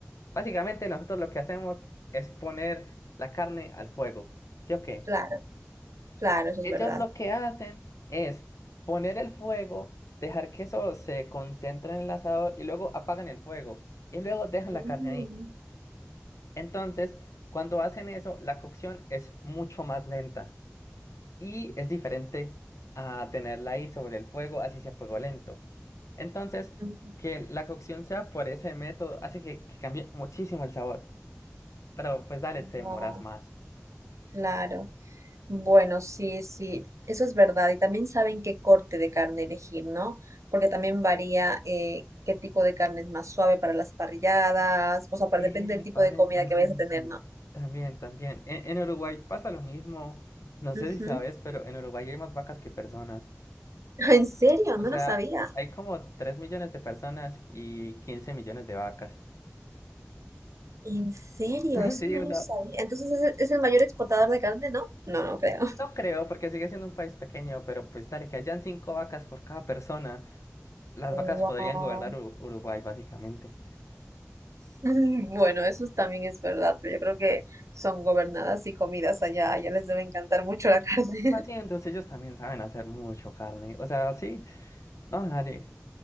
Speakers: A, on the left; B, on the right.
A: Básicamente nosotros lo que hacemos es poner la carne al fuego, ¿sí o qué?
B: Claro, claro, eso es
A: Ellos
B: verdad.
A: lo que hacen es poner el fuego, dejar que eso se concentre en el asador y luego apagan el fuego y luego dejan la
B: Mm,
A: carne ahí. Entonces, cuando hacen eso, la cocción es mucho más lenta y es diferente a tenerla ahí sobre el fuego, así sea fuego lento. Entonces,
B: ujú.
A: que la cocción sea por ese método hace que, que cambie muchísimo el sabor. Pero pues dale, te demoras
B: Guau,
A: más.
B: claro. Bueno, sí, sí, eso es verdad. Y también saben qué corte de carne elegir, ¿no? Porque también varía eh, qué tipo de carne es más suave para las parrilladas, o sea, para,
A: Epa,
B: depende del tipo de comida
A: epa,
B: que
A: sí,
B: vayas a tener,
A: sí. sí.
B: ¿no?
A: También, también. En, en Uruguay pasa lo mismo. No
B: Ujú.
A: sé si sabes, pero en Uruguay hay más vacas que personas.
B: <laughs> ¿En serio?
A: O
B: No
A: sea,
B: lo sabía.
A: hay como 3 millones de personas y 15 millones de vacas.
B: ¿En serio?
A: <laughs>
B: Eso
A: Sí,
B: no
A: o
B: lo
A: sea,
B: sabía. Entonces, ¿es, el es el mayor exportador de carne, no? No, no creo.
A: No creo, porque sigue siendo un país pequeño, pero pues dale, que hayan cinco vacas por cada persona, las
B: Wow.
A: vacas podrían gobernar Ur-
B: <laughs>
A: Uruguay, básicamente.
B: Bueno, eso es- también es verdad, pero yo creo que son gobernadas y comidas allá, allá les debe encantar mucho la <laughs> carne.
A: Así, entonces ellos también saben hacer mucho carne. O sea, sí, no, dale.